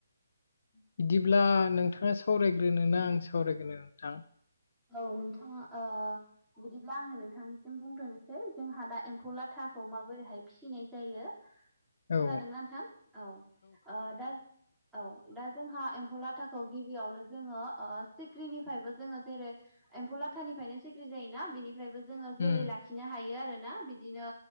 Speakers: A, in the centre; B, on the left.
A: <inaudible>
B: बिदिब्ला नोंथाङा सावरायग्रोनोना आं सावरायग्रोनो नोंथां?
A: औ नोंथाङा ओ बिदिब्ला आङो नोंथांनिसिम बुंग्रोनोसै जोंहा दा एम्फौ लाथाखौ माबोरैहाय फिसिनाय जायो
B: औ
A: खोनादोंना नोंथां औ दा औ दा जोंहा एम्फौ लाथाखौ गिबियावनो जोङो ओ सिख्रिनिफ्रायबो जोङो जेरै एम्फौ लाथानिफ्रायनो सिख्रि जायोना बेनिफ्रायबो जोङो जोलै
B: उम
A: लाखि लाखिनो हायो आरोना बिदिनो